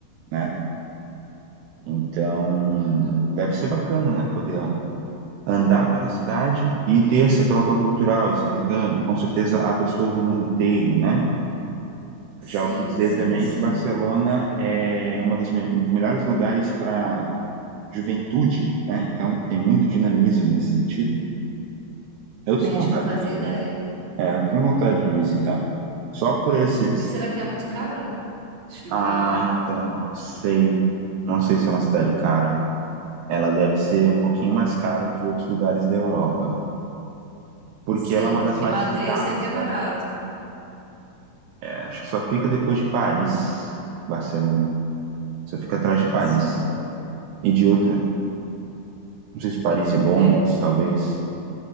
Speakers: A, on the right (about 80°); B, on the right (about 40°).
A: né? Então,
B: Uhum.
A: deve ser bacana, né? Poder a- andar pela cidade e ter essa troca cultural, esse intercâmbio. Com certeza há pessoas do mundo inteiro, né?
B: Sim,
A: Já ouvi dizer
B: sim,
A: também
B: sim.
A: que Barcelona é uma das me- um dos melhores lugares para juventude, né? Então, tem muito dinamismo nesse sentido. Eu
B: Gente,
A: tenho vontade
B: não fazia
A: de,
B: ideia.
A: é, eu tenho vontade de visitar. Só por esses.
B: E será que é muito caro? De ficar
A: Ah,
B: lá
A: então,
B: e tal?
A: não sei. Não sei se é uma cidade cara. Ela deve ser um pouquinho mais cara que outros lugares da Europa. porque
B: Sim,
A: ela é uma das
B: porque
A: mais
B: Madrid
A: visitadas,
B: eu sei que é
A: sabe?
B: barato.
A: É, acho que só fica depois de Paris, Barcelona. Só fica atrás de Paris.
B: Socorro.
A: E de outra, não sei se Paris e Londres,
B: É,
A: talvez.